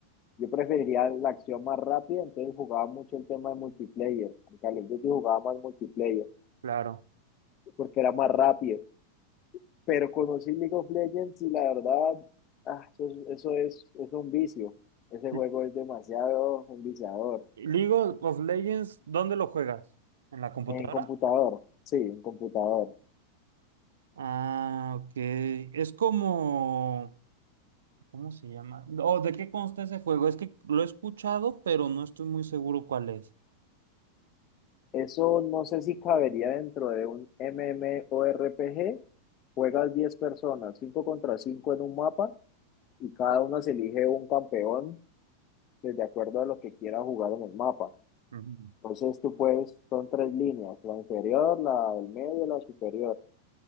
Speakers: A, on the left (about 35°); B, on the right (about 65°).
A: Yo preferiría la acción más rápida, entonces jugaba mucho el tema de multiplayer. En Call of Duty jugaba más multiplayer.
B: claro.
A: porque era más rápido. Pero conocí League of Legends y la verdad, ah, eso, es, eso es, es un vicio. Ese juego
B: L-
A: es demasiado enviciador.
B: League of Legends, ¿dónde lo juegas? ¿En la computadora?
A: En computador, sí, en computador.
B: Ah, ok. Es como, ¿cómo se llama? ¿O ¿de qué consta ese juego? Es que lo he escuchado, pero no estoy muy seguro cuál es.
A: Eso no sé si cabería dentro de un MMORPG. Juegas 10 personas, 5 contra 5 en un mapa y cada uno se elige un campeón que de acuerdo a lo que quiera jugar en el mapa.
B: Ujú.
A: Entonces tú puedes, son tres líneas, la inferior, la del medio, la superior.